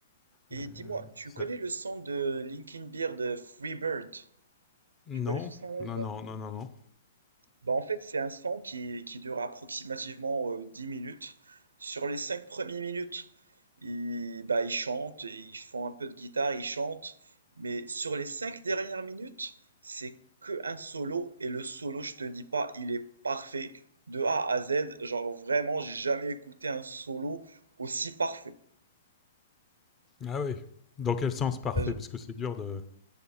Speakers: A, on the right; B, on the left.
A: Et
B: Euh,
A: dis-moi, tu
B: ça-
A: connais le son de Linkin Beer de Freebird? Tu connais
B: Non,
A: ce son-là ou
B: non,
A: pas?
B: non, non, non, non.
A: Bah en fait, c'est un son qui, qui dure approximativement euh, 10 minutes. Sur les 5 premières minutes, ils, bah, ils chantent, ils font un peu de guitare, ils chantent. Mais sur les 5 dernières minutes, c'est que un solo. Et le solo, je te dis pas, il est parfait. De A à Z, genre vraiment, j'ai jamais écouté un solo aussi parfait.
B: Ah oui. Dans quel sens parfait
A: Euh,
B: Parce que c'est dur de.